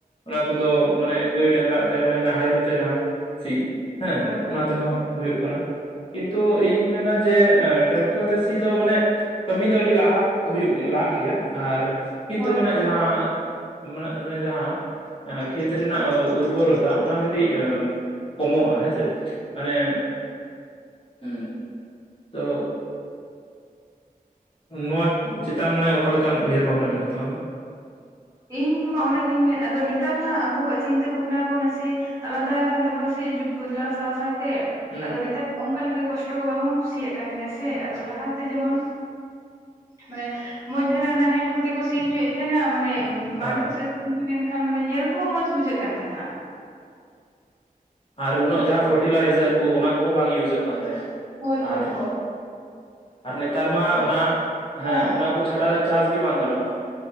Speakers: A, on the left; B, on the right.
A: ᱚᱱᱟ ᱠᱚᱫᱚ ᱢᱟᱱᱮ ᱜᱟᱹᱭ ᱰᱟᱝᱨᱟ ᱟᱛᱮ ᱢᱟᱱᱮ ᱱᱟᱦᱮᱞ ᱟᱛᱮ ᱡᱟᱦᱟᱸ ᱥᱤ ᱦᱮᱸ
B: ᱦᱳᱭ ᱦᱳᱭ
A: ᱚᱱᱟ ᱛᱮᱦᱚᱸ ᱦᱩᱭᱩᱜ ᱠᱟᱱᱟ, ᱠᱤᱱᱛᱩ ᱤᱧ ᱢᱮᱱᱟ ᱡᱮ ᱴᱨᱮᱠᱴᱟᱨ ᱛᱮ ᱥᱤ ᱫᱚ ᱢᱟᱱᱮ ᱠᱟᱹᱢᱤ ᱫᱚ ᱟᱹᱰᱤ ᱞᱟᱦᱟ ᱦᱩᱭᱩᱜ ᱜᱮᱭᱟ ᱞᱟᱦᱟᱜ ᱜᱮᱭᱟ ᱟᱨ ᱠᱤᱱᱛᱩ
B: ᱦᱳᱭ
A: ᱢᱟᱱᱮ
B: ᱦᱳᱭ
A: ᱡᱟᱦᱟᱸ ᱢᱮ ᱢᱟᱱᱮ ᱡᱟᱦᱟᱸ ᱠᱷᱮᱛ ᱨᱮᱱᱟᱜ ᱩᱨᱵᱚᱨᱚᱛᱟ ᱚᱱᱟ ᱠᱟᱹᱴᱤᱡ ᱠᱚᱢᱚᱜᱼᱟ ᱦᱮᱸ ᱥᱮ᱾ ᱢᱟᱱᱮ ᱩᱦᱩᱸᱜ ᱛᱚ ᱱᱚᱣᱟ ᱪᱮᱛᱟᱱ ᱢᱟᱱᱮ ᱚᱠᱟ ᱞᱮᱠᱟᱱ ᱩᱭᱦᱟᱹᱨ ᱵᱷᱟᱵᱽᱱᱟ ᱢᱮᱱᱟᱜ ᱛᱟᱢᱟ ᱟᱢᱟᱜ᱾
B: ᱤᱧᱦᱚᱸ ᱢᱟ ᱚᱱᱟᱜᱤᱧ ᱢᱮᱱ ᱟᱫᱚ ᱱᱮᱛᱟᱨ ᱢᱟ ᱟᱵᱚᱣᱟᱜ ᱪᱤᱱᱛᱟᱹ ᱵᱷᱟᱵᱽᱱᱟ ᱵᱚ ᱱᱟᱥᱮ ᱟᱞᱟᱫᱟ ᱟᱠᱟᱱ ᱛᱟᱵᱚᱱᱟ ᱥᱮ ᱡᱩᱜᱽ ᱵᱚᱫᱽᱞᱟᱣ ᱥᱟᱶ ᱥᱟᱶᱛᱮ
A: ᱦᱮᱸ
B: ᱟᱫᱚ ᱱᱮᱛᱟᱨ ᱚᱱᱠᱟ ᱞᱮᱠᱟ ᱠᱚᱥᱴᱚ ᱠᱚ ᱵᱟᱵᱚᱱ ᱠᱩᱥᱤᱭᱟᱜ ᱠᱟᱱ ᱜᱮᱭᱟ ᱥᱮ᱾ ᱟᱫᱚ ᱞᱟᱦᱟᱛᱮ ᱡᱮᱢᱚᱱ ᱢᱟᱱᱮ ᱢᱚᱸᱡᱽ ᱫᱷᱟᱨᱟ ᱱᱟᱦᱮᱞ ᱠᱚᱛᱮ ᱠᱚ ᱥᱤ ᱦᱚᱪᱚᱭᱮᱫ ᱛᱟᱦᱮᱸᱱᱟ ᱢᱟᱱᱮ ᱢᱟᱴᱷ
A: ᱦᱮᱸ
B: ᱠᱚᱥᱮᱫ
A: ᱦᱮᱸ
B: ᱥᱤ ᱞᱮᱱᱠᱷᱟᱱ ᱢᱟᱱᱮ ᱧᱮᱞ ᱛᱮᱦᱚᱸ ᱢᱚᱸᱡᱽ ᱵᱩᱡᱷᱟᱹᱜ ᱠᱟᱱ ᱛᱟᱦᱮᱱᱟ᱾
A: ᱟᱨ ᱩᱱᱟᱹᱜ ᱡᱟᱦᱟᱸ ᱯᱷᱚᱨᱴᱤᱞᱟᱭᱡᱟᱨ ᱠᱚ ᱚᱱᱟ ᱠᱚᱦᱚᱸ ᱵᱟᱝ ᱤᱭᱩᱡᱚᱜ ᱠᱟᱱ ᱛᱟᱦᱮᱸᱜ᱾
B: ᱦᱳᱭ
A: ᱞᱟᱦᱟᱛᱮ
B: ᱦᱳᱭ ᱦᱳᱭ
A: ᱟᱨ ᱱᱮᱛᱟᱨ ᱢᱟ ᱚᱱᱟ ᱦᱮᱸ
B: ᱵᱟᱝ
A: ᱚᱱᱟ ᱠᱚ ᱪᱷᱟᱰᱟᱣ ᱫᱚ ᱪᱟᱥ ᱜᱮ ᱵᱟᱝ ᱜᱟᱱᱚᱜᱼᱟ᱾